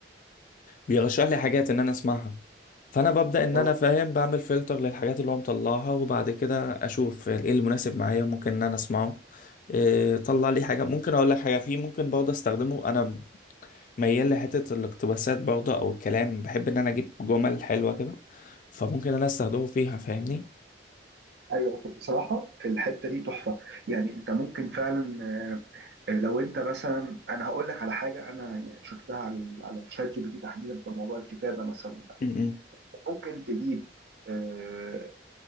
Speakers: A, on the left (about 45°); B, on the right (about 65°).
A: بيرشح لي حاجات ان انا اسمعها فانا ببدا ان
B: اه
A: انا فاهم بعمل فلتر للحاجات اللي هو مطلعها وبعد كده اشوف ايه المناسب معايا ممكن ان انا اسمعه إيه، طلع لي حاجه ممكن اقول لك حاجه فيه ممكن برضه استخدمه انا ميال لحته الاقتباسات برضه او الكلام بحب ان انا اجيب جمل حلوه كده فممكن إن انا استخدمه فيها فاهمني
B: ايوه بصراحه في الحته دي تحفه يعني انت ممكن فعلا آه، لو انت مثلا انا هقول لك على حاجه انا يعني شفتها على ال- على الشات جي بي تي تحديدا في موضوع الكتابه مثلا ده
A: امم
B: ممكن تجيب آه،